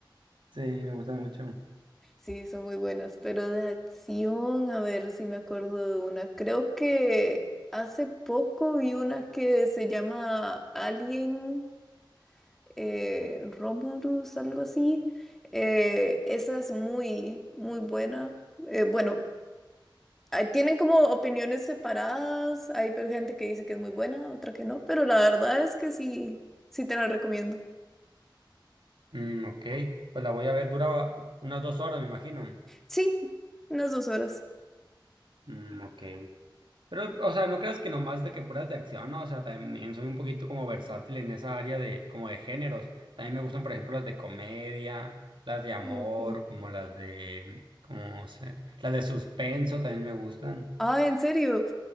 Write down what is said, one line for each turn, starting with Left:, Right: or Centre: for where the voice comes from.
Right: Sí, me gusta mucho.
Centre: sí, son muy buenas, pero de acción, a ver si me acuerdo de una, creo que hace poco vi una que se llama Alien, eh, Romulus, algo así. Eh, esa es muy, muy buena. Eh, bueno, ahí tienen como opiniones separadas. Hay pe- gente que dice que es muy buena, otra que no, pero la verdad es que sí, sí te la recomiendo.
Right: Mm, ok, pues la voy a ver, dura unas dos horas, me imagino.
Centre: Sí, unas dos horas.
Right: Mm, ok. Pero, o sea, no creas que nomás de que puras de acción, ¿no? O sea, también soy un poquito como versátil en esa área de, como de géneros. También me gustan, por ejemplo, las de comedia, las de amor,
Centre: Ok.
Right: como las de, como se, las de suspenso también me gustan.
Centre: Ah, en serio,